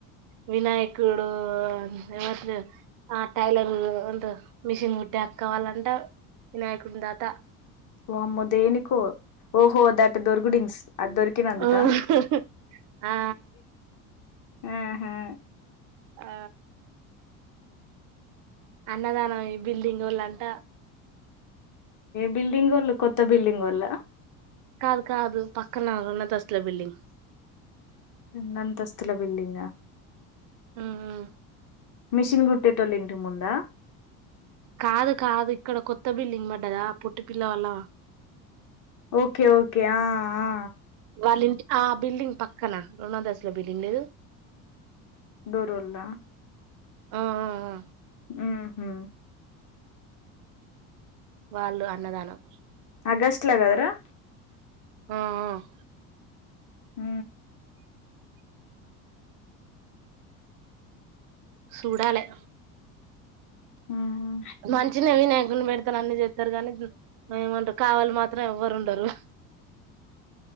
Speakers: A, on the right; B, on the left.
A: వినాయకుడు ఎవర్ ఆ టైలర్ అ మిషన్ కట్టే అక్కవాలంట వినాయకుడి తాత
B: ఓ అమ్మో దేనికో ఓ హో దట్ దొరకు ఇన్స్ అదిొరికినా అందుక
A: ఆ ఆ
B: ఆ హా
A: ఆ అన్నదానం ఈ బిల్డింగ్ ఓళ్ళంటా
B: బిల్డింగ్ ఒళ్ళు కొత్త బిల్డింగ్ ఒళ్ళ
A: క కాదు పక్కన ఉన్నదిస్లు బిల్డింగ్
B: చిన్నంతస్తుల బిల్డింగ్ ఆ
A: ఆ ఆ
B: మిషన్ గుట్టేటోళ్ళు ఇంటి ముందా
A: కాదు కాదు ఇక్కడ కొత్త బిల్డింగ్ పడ్డదా పుట్టి పిల్ల వల్ల
B: ఓకే ఓకే ఆ ఆ
A: వాళ్ళ ఇంటి ఆ బిల్డింగ్ పక్కన రెండు అంతస్తుల బిల్డింగ్ లేదు
B: దూరూళ్ళ
A: ఆ ఆ
B: ఊహూ
A: వాళ్ళు అన్నదానం
B: ఆగస్ట్ ల కదరా
A: ఆ ఆ
B: హ
A: చూడాలే
B: హ్మ్
A: మంచిిన వినాయ ప పెడతాను అన్ని చెప్తారు కాగానీ ఏమంటారు కావాలి మాత్రం ఎవ్వరు ఉండరు